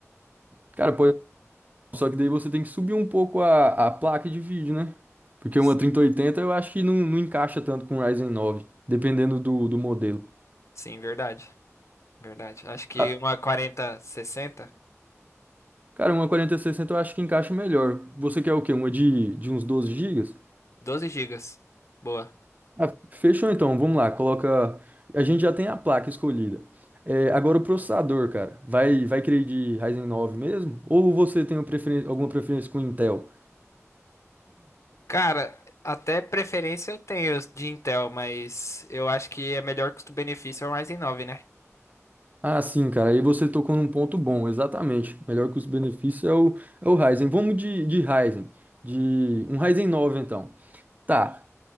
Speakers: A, on the right (about 35°); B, on the left (about 70°).
A: Cara, pode, só que daí você tem que subir um pouco a, a placa de vídeo, né? Porque
B: Sim,
A: uma 3080 eu acho que não, não encaixa tanto com o Ryzen 9, dependendo do, do modelo.
B: sim, verdade. Verdade. Acho que
A: Ah,
B: uma quarenta sessenta
A: Cara, uma 4060 eu acho que encaixa melhor. Você quer o quê? Uma de, de uns 12 gigas?
B: doze gigas. Boa.
A: Ah, fechou então, vamos lá, coloca. A gente já tem a placa escolhida. É, agora o processador, cara. Vai, vai querer de Ryzen 9 mesmo? Ou você tem uma preferen- alguma preferência com Intel?
B: Cara, até preferência eu tenho de Intel, mas eu acho que é melhor custo-benefício é o Ryzen nove né?
A: Ah, sim, cara. Aí você tocou num ponto bom, exatamente. Melhor que os benefícios é o, é o Ryzen. Vamos de, de Ryzen. De um Ryzen 9, então. Tá.